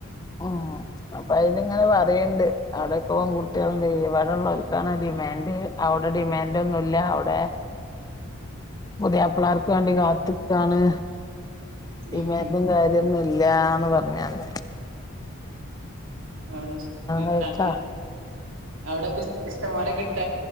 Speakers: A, on the left (about 20°); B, on the right (about 70°).
A: <unintelligible> അപ്പ അയിങ്ങനെ പറയ്ണ്ട് അവിടെക്ക കുട്ടികളണ്ട് ഇവിടെ ഉള്ളവർക്കാണ് ഡിമാൻഡ് അവിടെ ഡിമാൻഡ് ഒന്നൂല്ല അവിടെ ഉതയപ്ലാർ വേണ്ടി കാത്ത്ക്കാണ് ഡിമാൻഡും
B: ഉം ഉം
A: കാര്യോന്നു ഇല്ലാന്ന് പറഞ്ഞാന്നെ
B: അവിടെ കിട്ടാണ്ട്
A: കഴിക്കാ
B: അവിടെക്കെ ഇഷ്ഇഷ്ടം പോലെ കി